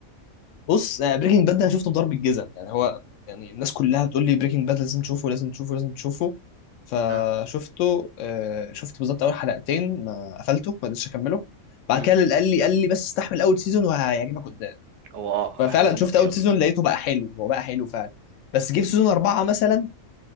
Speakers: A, on the left; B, on the right.
A: بص بريكنج باد ده انا شفته بضرب الجزم يعني هو يعني الناس كلها بتقول لي بريكنج باد لازم تشوفه لازم تشوفه لازم تشوفه فشفته
B: اه
A: آه شفت بالظبط اول حلقتين ما قفلته ما قدرتش اكمله بعد
B: مم.
A: كده اللي قال لي قال لي بس استحمل اول سيزون وهيعجبك قدام
B: هو اه
A: ففعلا
B: احداثه
A: شفت
B: بطيئة
A: اول
B: في
A: سيزون
B: الأول.
A: لقيته بقى حلو هو بقى حلو فعلا بس جه في سيزون اربعه مثلا